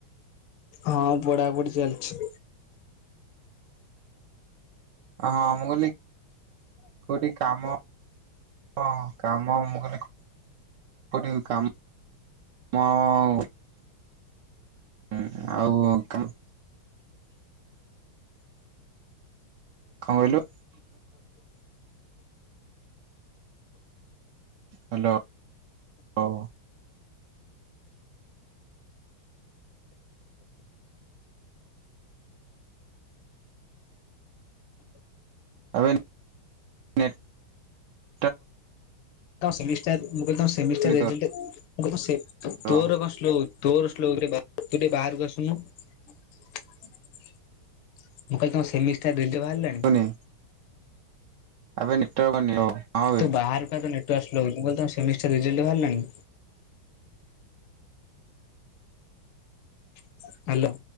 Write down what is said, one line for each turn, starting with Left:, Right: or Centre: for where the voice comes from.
Left: ହଁ ପଢାପଢି ଚାଲିଛି।
Right: ହଁ ମୁଁ କହିଲି କଉଠି କାମ ହଁ କାମ ମୁଁ କହିଲି <unintelligible> ହୁଁ ଆଉ କାମ କଣ କହିଲୁ? ହ୍ୟାଲୋ। <unintelligible> ଆପବେ ନେଟ <unintelligible>
Left: <unintelligible> ତୋର ସ୍ଳୋ
Right: ତୋ
Left: ହଉଚି। ତୁ
Right: ର
Left: ଟିକେ ବାହାରକୁ ଆସୁନୁ। ମୁଁ କହିଲି ତମ ସେମିଷ୍ଟାର ରେଜଲ୍ଟ ବାହାରିଲାଣି?
Right: ନାଇଁ। ଆବେ ନେଟୱାର୍କ ପାଉନି।
Left: ତୁ
Right: <unintelligible>
Left: ବାହାରକୁ ଆ ତୋ ନେଟୱର୍କ ସ୍ଳୋ ହଉଚି। ମୁଁ କହିଲି ତମ ସେମିଷ୍ଟାର ରେଜଲ୍ଟ ବାହାରିଲାଣି? ହ୍ୟାଲୋ।